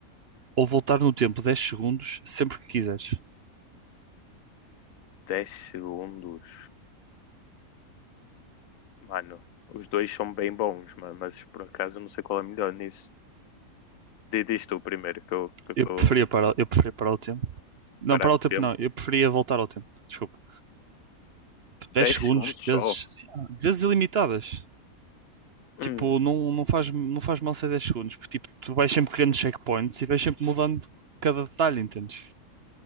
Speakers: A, on the right (about 50°); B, on the left (about 70°).
A: ou voltar no tempo 10 segundos sempre que quiseres?
B: dez segundos. Mano, os dois são bem bons, mano, mas por acaso eu não sei qual é melhor nisso. Di- Diz tu primeiro, que eu, que eu
A: Eu
B: tô
A: preferia parar, eu preferia parar o tempo. Não,
B: parado
A: parar o
B: o
A: tempo
B: tempo.
A: não, eu preferia voltar ao tempo. Desculpa.
B: 10
A: dez segundos,
B: segundos
A: vezes,
B: só.
A: vezes ilimitadas.
B: Hum,
A: Tipo, não, não faz, não faz mal ser 10 segundos, porque tipo, tu vais sempre criando checkpoints e vais sempre mudando cada detalhe, entendes?